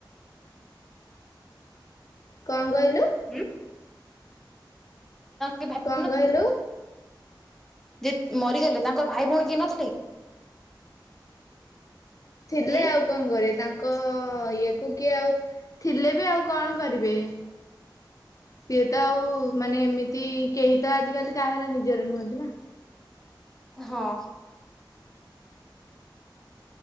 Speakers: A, on the left; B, in the centre.
A: କଣ କହିଲୁ?
B: ହୁଁ <inaudible>
A: କଣ କହିଲୁ
B: ଯିଏ ମରିଗଲେ ତାଙ୍କର ଭାଇ ଭଉଣୀ କିଏ ନଥିଲେ କି?
A: ଥିଲେ
B: ହୁଁ
A: ଆଉ କଣ କରିବେ? ତାଙ୍କ ଇଏକୁ କିଏ ଆଉ ଥିଲେ ବି ଆଉ କଣ କରିବେ? ସିଏ ତ ଆଉ ମାନେ ଏମିତି କେହି ତ ଆଜିକାଲି କାହାର ନିଜର ନୁହନ୍ତି ନା।
B: ହଁ।